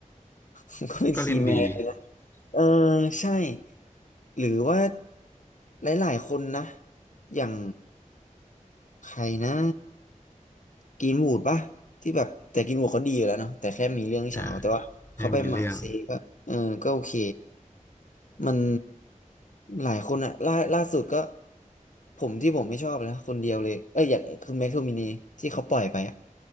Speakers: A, on the left; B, on the left.
A: <laughs> มันก็เป็นคีย์แมนเลยนะ
B: ก็เล่นดี
A: เออใช่หรือว่าหลายๆคนนะอย่างใครนะกินวูดปะที่แบบแต่กินวูดเขาดีอยู่แล้วเนาะแต่แค่มีเรื่องเฉาแต่ว่าเขาไปหมาเซย์ก็เออก็โอเค
B: อ่าไม่มีเรื่อง
A: มันหลายคนอะล่าล่าสุดก็ผมที่ผมไม่ชอบนะคนเดียวเลยเอ้ยอย่างคือแม็กโทมินีที่เขาปล่อยไปอะ